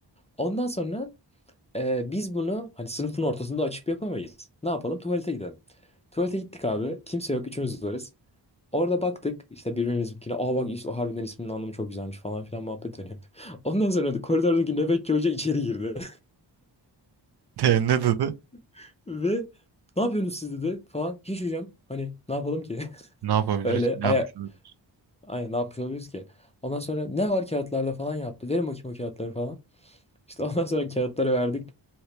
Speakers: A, on the left; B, on the right.
A: Ondan sonra e, biz bunu hani sınıfın ortasında açıp yapamayız. Ne yapalım? Tuvalete gidelim. Tuvalete gittik abi. Kimse yok. Üçümüz varız. Orada baktık işte birbirimizinkine. Aa bak işte harbiden isminin anlamı çok güzelmiş falan filan muhabbet dönüyor. <laughs> Ondan sonra da koridordaki nöbetçi hoca içeri girdi.
B: <laughs> E, ne dedi?
A: <laughs> Ve ne yapıyorsunuz siz dedi falan. Hiç hocam hani ne yapalım ki?
B: Ne yapabiliriz?
A: <laughs> Öyle
B: ki? Ne
A: aya
B: yapmış olabilir?
A: aynen ne yapmış olabiliriz ki? Ondan sonra ne var kağıtlarda falan yaptı. Verin bakayım o kağıtları falan. İşte ondan sonra kağıtları verdik.